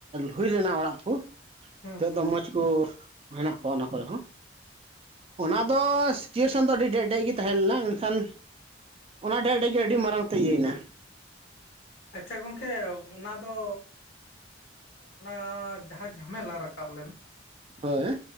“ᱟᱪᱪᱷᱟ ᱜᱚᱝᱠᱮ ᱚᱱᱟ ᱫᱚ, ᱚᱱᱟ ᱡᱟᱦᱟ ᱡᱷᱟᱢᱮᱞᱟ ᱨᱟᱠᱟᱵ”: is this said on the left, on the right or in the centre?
Left